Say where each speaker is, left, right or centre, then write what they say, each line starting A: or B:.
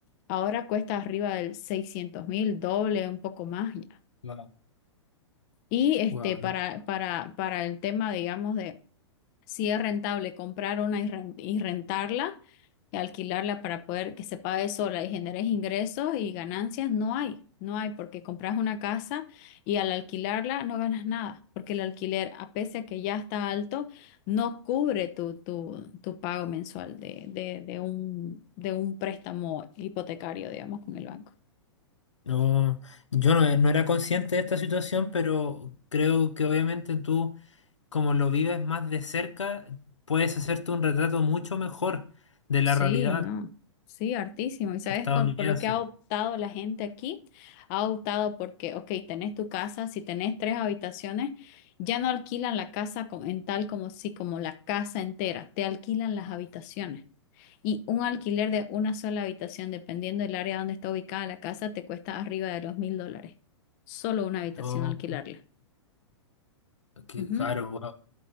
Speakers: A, on the left; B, on the left.
A: Ahora cuesta arriba del seiscientos mil, doble, un poco más ya.
B: Wow,
A: Y este,
B: wow,
A: para,
B: no,
A: para, para el tema, digamos, de si es rentable comprar una y ren- y rentarla y alquilarla para poder que se pague sola y generes ingresos y ganancias, no hay, no hay, porque compras una casa y al alquilarla no ganas nada, porque el alquiler, a pesar de que ya está alto, no cubre tu, tu, tu pago mensual de, de, de un, de un préstamo hipotecario, digamos, con el banco.
B: no, yo no, no era consciente de esta situación, pero creo que obviamente tú, como lo vives más de cerca, puedes hacerte un retrato mucho mejor de la
A: Sí,
B: realidad
A: no, sí, hartísimo. Y sabes,
B: estadounidense.
A: con- por lo que ha optado la gente aquí, ha optado porque, ok, tenés tu casa, si tenés tres habitaciones, ya no alquilan la casa co- en tal como si, como la casa entera, te alquilan las habitaciones. Y un alquiler de una sola habitación, dependiendo del área donde está ubicada la casa, te cuesta arriba de los mil dólares. Solo una habitación
B: Oh,
A: alquilarla.
B: Qué
A: Ujú.
B: caro, wow.